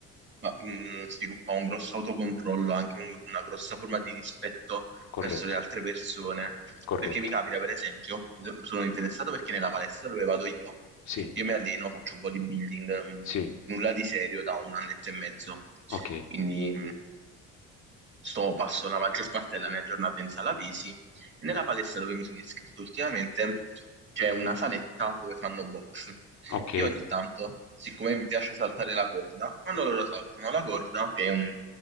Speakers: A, on the right (about 35°); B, on the left (about 55°).
A: ma, mh, sviluppa un grosso autocontrollo, anche un- una grossa forma di rispetto
B: Corretto,
A: verso le altre persone.
B: corretto.
A: Perché mi capita, per esempio, so, sono interessato perché nella palestra dove vado io,
B: Sì,
A: io mi alleno, faccio bodybuilding, mh,
B: sì,
A: nulla di serio da un annetto e mezzo.
B: ok,
A: Quindi mh, Sto passo la maggior parte della mia giornata in sala pesi e nella palestra dove mi sono iscritto ultimamente c'è una saletta dove fanno box.
B: ok,
A: Io ogni tanto, siccome mi piace saltare la corda, quando loro saltano la corda, che è un,